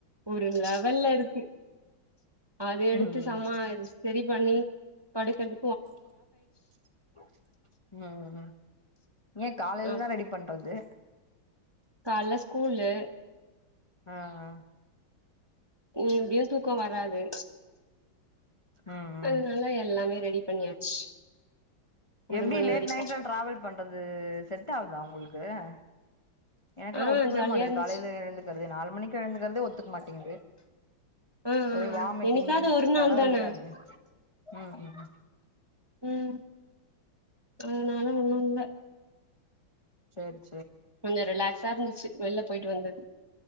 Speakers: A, on the right; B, on the left.
A: ஒரு லெவல்ல இருக்கு. அது எடுத்து
B: ம்
A: <unintelligible> செரி பண்ணி படுக்கறது.
B: <unintelligible> ஏன் காலைலதா
A: அ
B: ரெடி பண்றது.
A: கால்ல ஸ்கூலு.
B: ஆஹ் ஆஹ்
A: ஹிம் எப்டியும் தூக்கம் வராது.
B: ம் ம்
A: அதுனால எல்லாமே ரெடி பண்ணியாச்சு ஒரு
B: எப்டி
A: மணி
B: லேட்
A: வரைக்கு
B: நைட்ல டிராவல் பண்றது செட் ஆகுதா உங்களுக்கு <unintelligible> எனக்கெல்லா
A: ஆ
B: ஒத்துக்கவே
A: ஜாலியா
B: மாட்குது
A: இருந்துச்சு
B: காலைல எழுந்துக்கிறதே நாலு மணி பிறந்ததுல இருந்தே ஒத்துக்க மாட்டேங்குது
A: ம் ம்
B: ஒரே
A: ம்
B: வாமிட்டிங்
A: என்னைக்காது ஒரு நாள்
B: தலவலியா
A: தானே
B: இருக்கு ம் ம்
A: ம் அதனால ஒண்ணு இல்ல
B: செரி
A: கொஞ்சோ ரிலாக்ஸா இருந்துச்சு வெளில போயிட்டு வந்தது